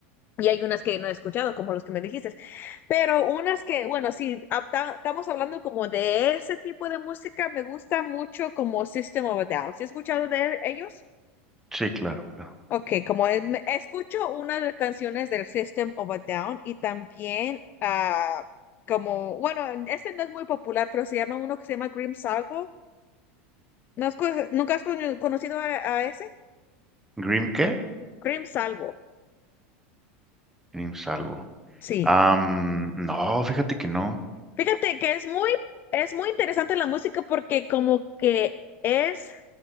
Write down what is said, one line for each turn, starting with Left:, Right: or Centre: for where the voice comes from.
Left: Y hay unas que no he escuchado, como los que me dijiste. Pero unas que, bueno, si estamos hablando como de ese tipo de música, me gusta mucho como System of a Down. ¿Sí has escuchado de ellos?
Centre: sí, claro, claro.
Left: Ok, como em- escucho una de las canciones del System of a Down y también ah, como, bueno, este no es muy popular, pero se llama uno que se llama Grim Salvo. ¿No has co- ¿Nunca has cono- conocido a, a ese?
Centre: ¿Grim qué?
Left: Grim Salvo,
Centre: Grim Salvo.
Left: sí.
Centre: Am, no, fíjate que no.
Left: Fíjate que es muy, es muy interesante la música porque como que es